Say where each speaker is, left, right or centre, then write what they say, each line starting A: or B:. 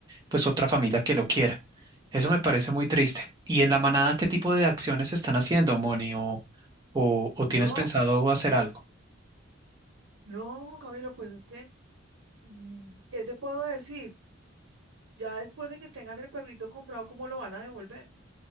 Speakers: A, on the right; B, on the right.
A: pues otra familia que lo quiera. Eso me parece muy triste. ¿Y en la manada qué tipo de acciones están haciendo, Moni? ¿O, o, o
B: No,
A: tienes pensado hacer algo?
B: no, Juan Camilo, pues es que, mm, ¿qué te puedo decir? Ya después de que tengan el perrito comprado, ¿cómo lo van a devolver?